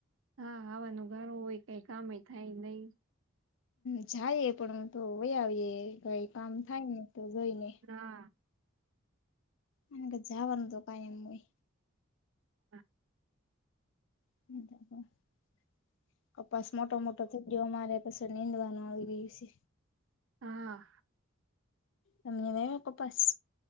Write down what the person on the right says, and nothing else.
હા હવારનું ગરું હોય કઈ કામે થાય નહી
હા
હા
હા